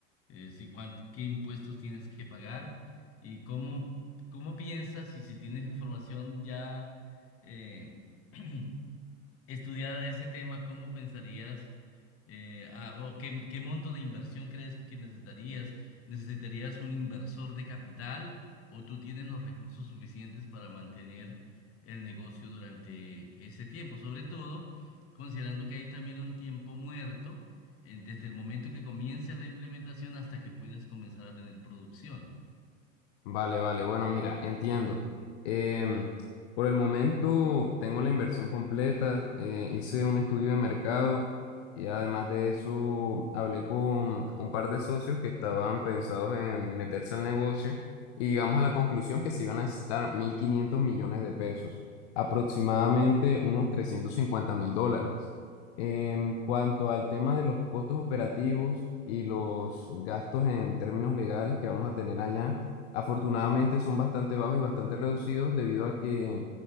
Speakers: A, on the left; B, on the left.
A: Eh, si cuán- qué impuestos tienes que pagar y cómo, cómo piensas y si tienes información ya eh, <clears throat> estudiada ese tema, ¿cómo pensarías eh, ah, o qué, qué monto de inversión crees que necesitarías? ¿Necesitarías un inversor de capital o tú tienes los recursos suficientes para mantener el negocio durante ese tiempo? Sobre todo, considerando que hay también un tiempo muerto eh, desde el momento que comience la implementación hasta que puedas comenzar a tener producción.
B: Vale, vale. Bueno, mira, entiendo. Em, por el momento tengo la inversión completa. eh, hice un estudio de mercado y además de eso hablé con un par de socios que estaban pensados en meterse al negocio y llegamos a la conclusión que se iban a necesitar 1.500 millones de pesos, aproximadamente unos trescientos cincuenta mil dólares. En cuanto al tema de los costos operativos y los gastos en términos legales que vamos a tener allá, Afortunadamente son bastante bajos y bastante reducidos debido a que